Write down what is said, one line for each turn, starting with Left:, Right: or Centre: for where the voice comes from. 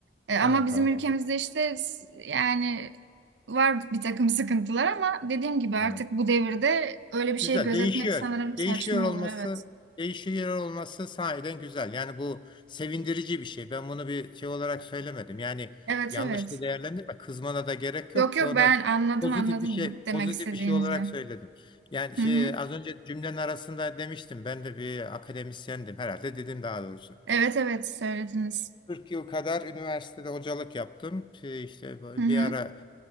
Right: E,
Left: Tamam
Right: ama bizim
Left: tamam
Right: ülkemizde
Left: anladım.
Right: işte s- yani var bir takım sıkıntılar ama dediğim gibi artık
Left: Tamam.
Right: bu devirde öyle bir şey
Left: Güzel
Right: gözetmek
Left: değişiyor.
Right: sanırım
Left: Değişiyor
Right: saçma
Left: olması,
Right: olur evet.
Left: değişiyor olması sahiden güzel. Yani bu sevindirici bir şey. Ben bunu bir şey olarak söylemedim. Yani
Right: Evet
Left: yanlış
Right: evet.
Left: da değerlendirme. Kızmana da gerek
Right: Yok
Left: yok.
Right: yok
Left: Onu
Right: ben anladım
Left: pozitif
Right: anladım
Left: bir şey, pozitif
Right: demek istediğinizi.
Left: bir şey olarak söyledim. Yani şey
Right: Hı hı.
Left: az önce cümlenin arasında demiştim. Ben de bir akademisyendim herhalde dedim daha doğrusu.
Right: Evet evet söylediniz.
Left: 40 yıl kadar üniversitede hocalık yaptım. Ee, İşte
Right: Hı hı.
Left: bir ara